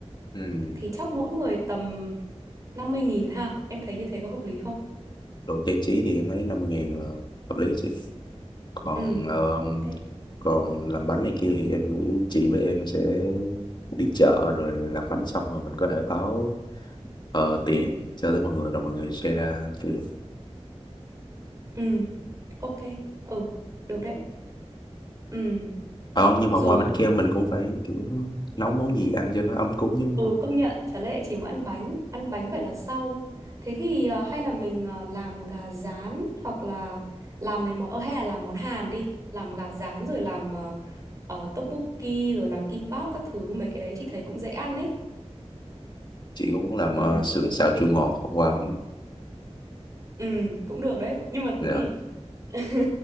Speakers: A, on the left; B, on the right.
A: Ừ.
B: thì chắc mỗi người tầm năm mươi nghìn ha. Em thấy như thế có hợp lý không?
A: đồ trang trí thì em thấy năm mươi ngàn là hợp lý chị còn
B: Ừ,
A: ờ,
B: ok.
A: còn làm bánh này kia thì em nghĩ chị với em sẽ đi chợ rồi làm bánh xong rồi mình có thể báo ờ, tiền cho tới mọi người rồi mọi người share ra kiểu
B: Ừ, ok. Ừ, được đấy. Ừ,
A: ờ, nhưng
B: rồi
A: mà ngoài bánh kem mình cũng phải kiểu nấu món gì ăn cho nó ấm cúng chứ
B: Ừ công nhận chả lẽ chỉ muốn ăn bánh ăn bánh phải là sau thế thì ờ, hay là mình ờ, làm gà rán hoặc là làm mấy món ờ, hay là làm món Hàn đi làm gà rán rồi làm ờ, ờ, tteokbokki rồi làm kimbap các thứ mấy cái đấy chị thấy cũng dễ ăn đấy
A: chị cũng muốn làm
B: ừ
A: ờ, sườn xào chua ngọt hôm qua không?
B: ừ cũng được đấy nhưng mà thế
A: dạ
B: thì <laughs>